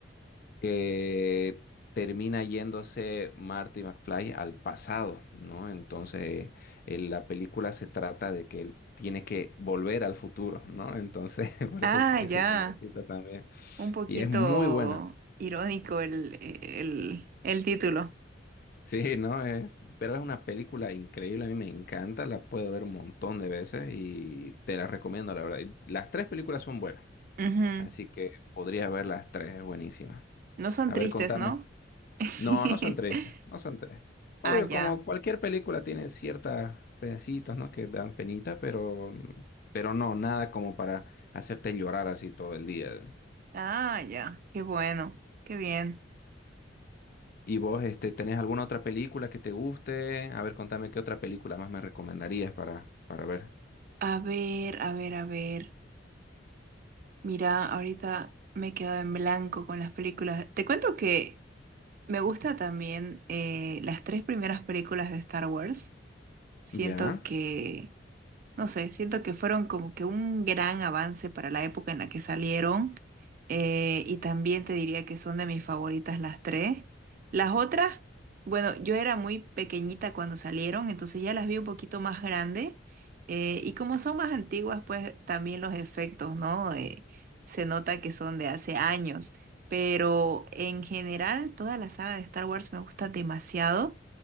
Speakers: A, on the left (about 50°); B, on the right (about 45°).
A: que termina yéndose Marty McFly al pasado, ¿no? Entonces, eh, la película se trata de que él tiene que volver al futuro, ¿no? Entonces, <laughs> por
B: Ah,
A: eso ese
B: ya.
A: nombrecito también.
B: Un poquito
A: Y es muy buena.
B: irónico el, el, el título.
A: Sí, ¿no? Eh, pero es una película increíble, a mí me encanta, la puedo ver un montón de veces y te la recomiendo, la verdad. Y Las tres películas son buenas,
B: Ujú.
A: así que podrías ver las tres, es buenísima.
B: No son
A: A
B: tristes,
A: ver, contame.
B: ¿no? <laughs>
A: No, no son tres estas, no son tres. Obvio,
B: Ah, ya.
A: como cualquier película tiene ciertos pedacitos, ¿no? Que dan penita, pero, pero no, nada como para hacerte llorar así todo el día.
B: Ah, ya. Qué bueno. Qué bien.
A: ¿Y vos, este, tenés alguna otra película que te guste? A ver, contame qué otra película más me recomendarías para, para ver.
B: A ver, a ver, a ver. Mira, ahorita me he quedado en blanco con las películas. Te cuento que me gusta también eh, las tres primeras películas de Star Wars. Siento
A: ¿Ya?
B: que No sé, siento que fueron como que un gran avance para la época en la que salieron. eh, y también te diría que son de mis favoritas las tres. Las otras, bueno, yo era muy pequeñita cuando salieron, entonces ya las vi un poquito más grande. eh, y como son más antiguas, pues también los efectos, ¿no? Eh, se nota que son de hace años. Pero en general, toda la saga de Star Wars me gusta demasiado.